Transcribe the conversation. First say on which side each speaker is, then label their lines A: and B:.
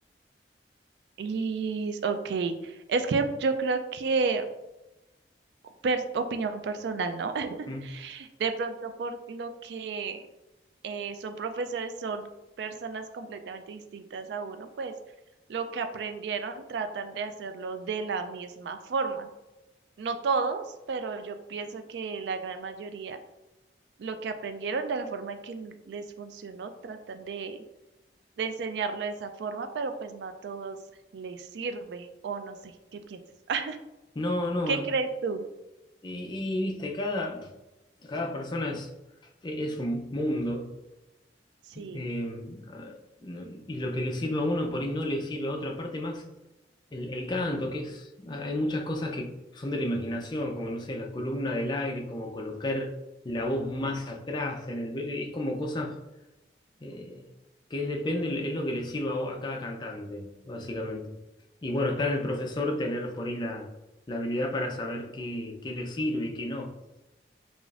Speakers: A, on the right; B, on the left.
A: Y, ok, es que yo creo que, per- opinión personal, ¿no? <laughs>
B: ¿Mm?
A: De pronto por lo que eh, son profesores, son personas completamente distintas a uno, pues lo que aprendieron tratan de hacerlo de la misma forma. No todos, pero yo pienso que la gran mayoría, lo que aprendieron de la forma que l- les funcionó, tratan de, de enseñarlo de esa forma, pero pues no a todos les sirve, o no sé, ¿qué piensas? <laughs>
B: No, no,
A: ¿Qué
B: es-
A: crees tú?
B: y, y, viste, cada, cada persona es, es un mundo.
A: Sí.
B: Eh, ah, no- y lo que le sirve a uno, por ahí no le sirve a otra parte más. El, el canto, que es, ah, hay muchas cosas que son de la imaginación, como no sé, la columna del aire, como colocar la voz más atrás en el, vele- es como cosas eh, que es- depende, es lo que le sirva a, a cada cantante, básicamente. Y bueno, está en el profesor
A: Ajá.
B: tener por ahí la, la habilidad para saber qué, qué le sirve y qué no.